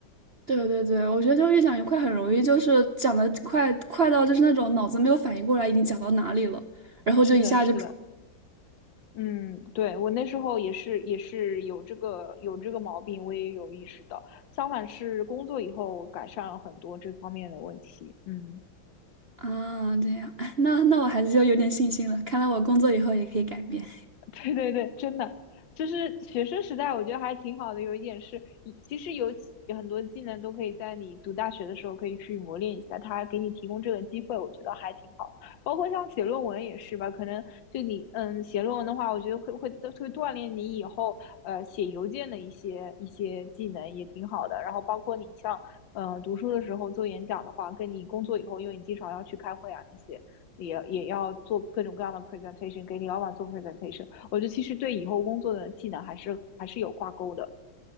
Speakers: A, on the right; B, on the left.
A: 对对对，我觉得就越讲越快，很容易就是讲的快快到就是那种脑子没有反应过来已经讲到哪里了，然后就一下就出
B: 是的，是的，嗯，对，我那时候也是，也是有这个有这个毛病，我也有意识到。相反是工作以后改善了很多这方面的问题。嗯。
A: 啊，这样，<laughs> 那那我还是就有点信心了。看来我工作以后也可以改变。
B: <laughs> 对对对，真的，就是学生时代，我觉得还挺好的。有一点是，以其实有几有很多技能都可以在你读大学的时候可以去磨练一下，他给你提供这个机会，我觉得还挺好的。包括像写论文也是吧，可能就你嗯写论文的话，我觉得会会都会锻炼你以后呃写邮件的一些一些技能，也挺好的。然后包括你像嗯、呃读书的时候做演讲的话，跟你工作以后，因为你经常要去开会啊那些，也也要做各种各样的 presentation，给你老板做 presentation。我觉得其实对以后工作的技能还是还是有挂钩的。